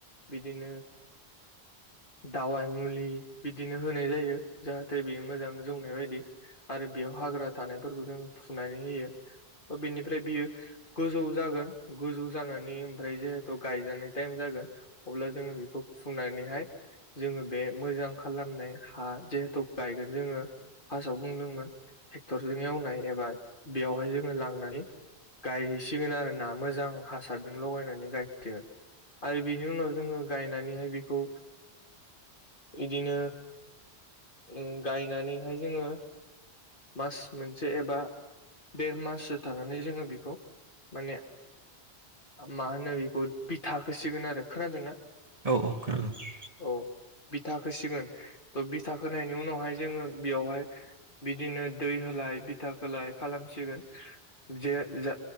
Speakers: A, on the left (about 50°); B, on the right (about 35°).
A: बिदिनो दावाय मुलि बिदिनो होनाय जायो जाहाथे बेयो मोजां जौनाय बायदि। आरो बेयाव हाग्रा थानायफोरखौ जों फुनानै होयो त' बेनिफ्राय बियो गोजौ जागोन गोजौ जानानै ओमफ्राय जिहेथु गायजानाय टाइम जागोन। अब्ला जोंङो बेखौ फुनानैहाय जोङो बे मोजां खालामनाय हा जिहेथु गायगोन जोङो फासाव बुंदोंमोन टेक्टरजों एवनाय एबा बेयावहाय जोङो लांनानै गायसिगोन आरोना मोजां हासारजों लगायनानै गायथिगोन। आरो बिनि उनाव जोंङो गायनानैहाय बिखौ इदिनो ओं गायनानैहाय जोङो मास मोनसे एबा देर माससो थानानै जोङो बेखौ माने मा होनो बिखौ बिथा होसिगोन आरो। खोनादोंना?
B: औ औ खोनादों।
A: औ बिथाखोसिगोन। थ' बिथा खोनायनि उनावहाय जोंङो बेयावहाय बिदिनो दै होलाय बिथा खोलाय खालामसिगोन जे जा